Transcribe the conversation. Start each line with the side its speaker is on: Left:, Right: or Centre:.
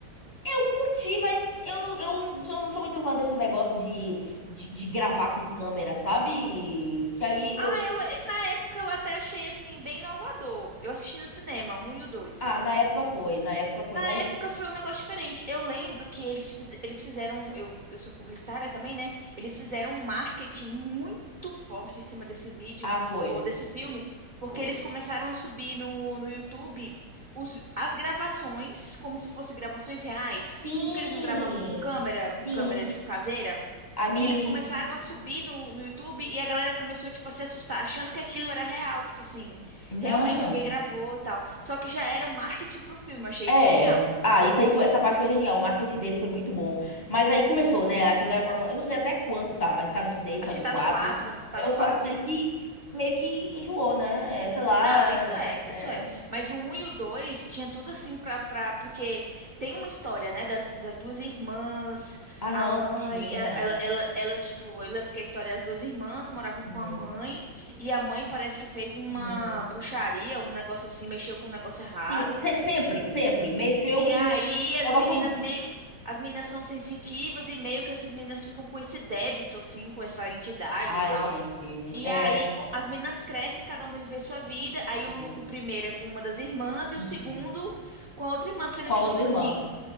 Left: eu curti, mas eu, eu não sou não sou muito fã desse negócio de, de, de gravar com câmera, sabe? Que aí
Right: Ah,
Left: eu.
Right: eu, eh, na época eu até achei assim bem inovador. Eu assisti no cinema, um e o dois.
Left: Ah, na época foi, na época foi,
Right: Na
Left: mas.
Right: época foi um negócio diferente. Eu lembro que eles, fiz- eles fizeram, eu, eu sou publicitária também, né? Eles fizeram um marketing muito forte em cima desse vídeo
Left: Ah, foi,
Right: ou desse filme, porque
Left: foi.
Right: eles começaram a subir no, no YouTube os- as gravações como se fossem gravações reais.
Left: Sim,
Right: Porque eles não gravavam com câmera, com
Left: sim.
Right: câmera tipo caseira.
Left: Aí me.
Right: E eles começaram a subir no, no YouTube e a galera começou, tipo, a se assustar, achando que aquilo era real, tipo assim,
Left: Não.
Right: realmente alguém gravou e tal. Só que já era marketing pro filme, eu achei isso
Left: É.
Right: genial.
Left: Ah, isso aí foi, essa parte foi genial. O marketing dele foi muito bom. Mas aí começou, né? A atividade paranormal. Eu não sei até quanto tá, mas tá no 6,
Right: Acho
Left: tá no
Right: que tá
Left: 4.
Right: no quatro tá
Left: Eu
Right: no quatro
Left: só sei que meio que enjoou, né? É, sei lá.
Right: Não,
Left: é-
Right: isso é,
Left: é.
Right: isso é. Mas o um e o 2 tinha tudo assim pra, pra... Porque tem uma história, né, das, das duas irmãs,
Left: Ah,
Right: a
Left: não,
Right: mãe,
Left: tinha.
Right: e- ela, ela- elas, tipo, eu lembro que a história é as duas irmãs moravam
Left: Uhum,
Right: com a mãe e a mãe parece que fez uma
Left: uhum.
Right: bruxaria, um negócio assim, mexeu com um negócio errado.
Left: Sim, se- sempre, sempre. Mexeu
Right: E
Left: com
Right: aí as
Left: negócio.
Right: meninas meio. As meninas são sensitivas e meio que essas meninas ficam com esse débito, assim, com essa entidade
Left: Ai,
Right: e tal.
Left: gente.
Right: E
Left: É.
Right: aí co- as meninas crescem, cada um vai viver sua vida. Aí
Left: Uhum,
Right: o, no- o primeiro é com uma das irmãs e
Left: uhum.
Right: o segundo com a outra irmã, sendo
Left: Com
Right: que,
Left: a
Right: tipo
Left: outra irmã.
Right: assim.